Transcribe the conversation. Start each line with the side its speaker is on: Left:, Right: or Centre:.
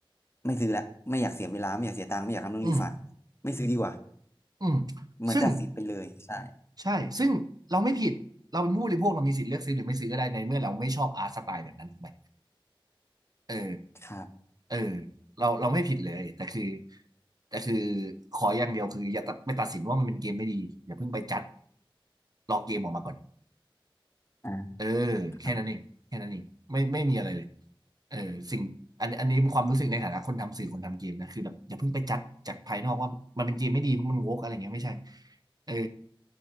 Left: ไม่ซื้อละไม่อยากเสียเวลาไม่อยากเสียตังค์ไม่อยากทำเรื่องรีฟัน
Right: อืม
Left: ไม่ซื้อดีกว่า
Right: อืม
Left: เหมือนตัดสิทธินไปเลยใช่
Right: ซึ่ง ใช่ ซึ่งเราไม่ผิด เราเป็นผู้บริโภคเรามีสิทธิ์เลือกซื้อหรือไม่ซื้อก็ได้ในเมื่อเราไม่ชอบอาร์ตสไตล์แบบนั้นถูกไหมเออ
Left: ครับ
Right: เออเราเราไม่ผิดเลย แต่คือแต่คือขออย่างเดียวคืออย่าตัดไปตัดสินว่ามันเป็นเกมไม่ดีอย่าเพิ่งไปจัดรอเกมออกมาก่อน
Left: อ่า
Right: เออ
Left: ครับ
Right: แค่นั้นเองแค่นั้นเองไม่ไม่มีอะไรเลยเออสิ่งอันอันนี้ความรู้สึกในฐานะคนทำสื่อคนทำเกมนะคือแบบอย่าเพิ่งไปจัดจากภายนอกว่ามันเป็นเกมไม่ดีเพราะมันโวกอะไรเงี้ยไม่ใช่เออ